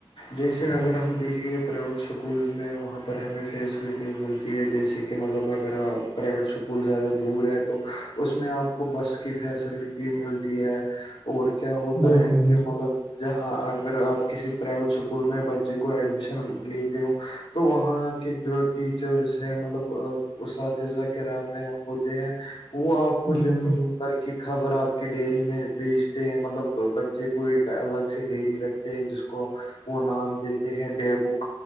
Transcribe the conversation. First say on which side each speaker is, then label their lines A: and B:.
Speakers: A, on the left (about 85°); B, on the left (about 70°).
A: جیسے
B: ہاں
A: اگر ہم دیکھیں گے پرائیویٹ اسکولز میں وہاں پر ہمیں فیسلٹی ملتی ہے جیسے کہ مطلب اگر آپ پرائیویٹ اسکول زیادہ دور ہے تو اس میں آپ کو بس کی فیسلٹی ملتی ہے اور کیا ہوتا
B: بالکل
A: ہے
B: بالکل
A: کہ مطلب جہاں اگر آپ کسی پرائیویٹ اسکول میں بچے کو ایڈمیشن لیتے ہو تو وہاں کے جو ٹیچرس ہیں مطلب اساتذہ کر رام ہے ہوتے ہیں وہ آپ کو
B: بالکل
A: جم کی خبر آپ کی ڈیری میں بیچتے ہیں مطلب بچے کو ایک الگ سے ڈیری رکھ جس کو وہ نام دیتے ہیں ڈی بک